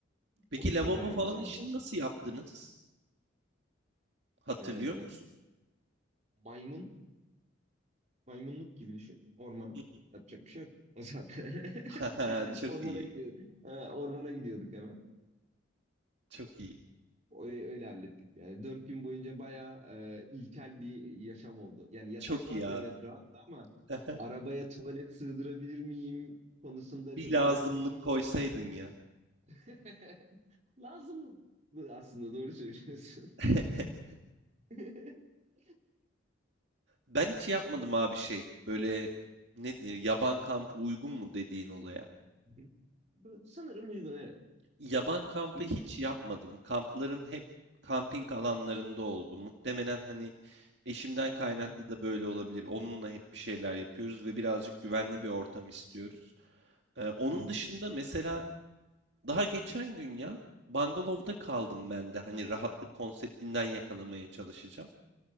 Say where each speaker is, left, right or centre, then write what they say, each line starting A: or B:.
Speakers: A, on the right; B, on the right.
A: Peki
B: Orası
A: lavabo
B: da bayağı
A: falan
B: güzel
A: işini
B: bir yer.
A: nasıl yaptınız? Hatırlıyor
B: Ee,
A: musun?
B: maymun, maymunluk gibi düşün ormana.
A: <laughs>
B: Yapacak bir şey yok. O zaten.
A: Haha,
B: <laughs>
A: Çok
B: Ormana
A: iyi.
B: gidiyor. Ee, ormana gidiyorduk hemen.
A: Çok iyi.
B: O- Öyle hallettik yani. Dört gün boyunca bayağı e, ilkel bir yaşam oldu. Yani yatak
A: Çok
B: vardı
A: iyi abi.
B: evet rahattı ama
A: <laughs>
B: arabaya tuvalet sığdırabilir miyim konusunda
A: Bir
B: çok
A: lazımlık
B: emin olmadığım için.
A: koysaydın ya.
B: <laughs> Lazım aslında doğru söylüyorsun.
A: <laughs>
B: <laughs>
A: Ben hiç yapmadım abi şey. Böyle ne denir? Yaban kampı uygun mu dediğin olaya?
B: Bu- bu Sanırım uygun evet.
A: Yaban kampı
B: İn-
A: hiç yapmadım. Kamplarım hep kamping alanlarında oldu. Muhtemelen hani eşimden kaynaklı
B: Hı hı
A: da böyle olabilir. Onunla hep bir şeyler yapıyoruz ve birazcık güvenli bir ortam istiyoruz. Ee, onun
B: hı
A: dışında mesela daha geçen gün ya bungalovda kaldım ben de. Hani rahatlık konseptinden yakalamaya çalışacağım.